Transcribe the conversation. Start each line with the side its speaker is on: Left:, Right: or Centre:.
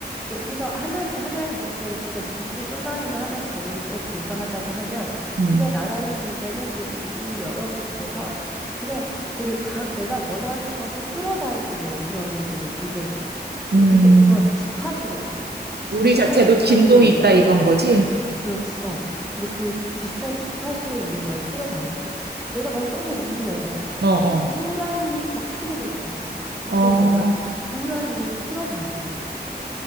Centre: 그러니까 우리가 하나씩 하나의 뭐 어떤 진짜 우주에 떠다니는 하나의 점에 불과하다고 하면
Right: 음.
Centre: 그냥 나라는 존재는 그 우주 여러 개 중에서 그냥 되게 가, 내가 원하는 것을 끌어당기는 그런 존재인 거야. 그-
Right: 음.
Centre: 근데 그건 주파수로 가능한 거야.
Right: 우리
Centre: 비슷한
Right: 자체도
Centre: 주파수에
Right: 진동이
Centre: 있어
Right: 있다 이건 거지?
Centre: 그렇지, 어. 근데 그 비슷한 주파수에 있는 걸 끌어당기는 거야. 내가 만약에 너무 우울해.
Right: 어, 어.
Centre: 그럼 우울한 일이 막 생기는 거, 나한테.
Right: 어,
Centre: 그거 내가 우울한 일을 끌어당기는 거지.